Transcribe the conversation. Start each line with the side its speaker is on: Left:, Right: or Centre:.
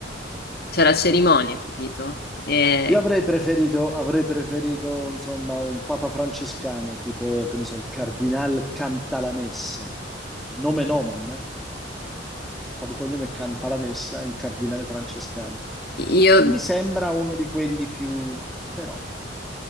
Left: c'è la cerimonia, capito? E...
Centre: Io avrei preferito, avrei preferito, insomma, un papa francescano, tipo, che ne so, il cardinal Cantalamessa. Nome nomen, eh? Fa di cognome Cantalamessa, è un cardinale francescano,
Left: Io
Centre: che mi sembra uno di quelli più... però...